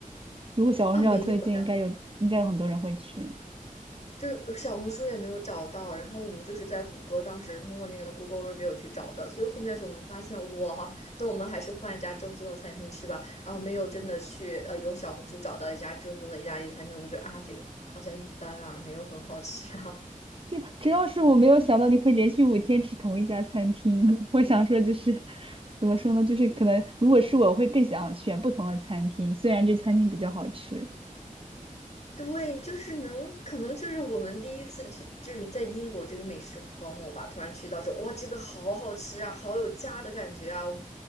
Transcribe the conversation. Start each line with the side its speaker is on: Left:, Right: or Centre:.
Right: 如果小红书上有推荐，
Left: 啊，没有呀，
Right: 应该有，应该有很多人会去。
Left: 就是小红书也没有找到，然后我们就是在谷歌当时通过那个 Google review 去找的，所以后面是我们发现，哇，那我们还是换一家正宗的餐厅吃吧。然后我们又真的去，呃，由小红书找到一家正宗的意大利餐厅，我们觉得啊，这个好像一般啊，没有很好吃啊。
Right: 这主要是我没有想到你会连续五天吃同一家餐厅。<laughs> 我想说就是，怎么说呢？就是可能如果是我会更想选不同的餐厅，虽然这餐厅比较好吃。
Left: 对，就是能，可能就是我们第一次去，就是在英国这个美食荒漠吧，突然去到这，哇，这个好好吃啊，好有家的感觉啊！我们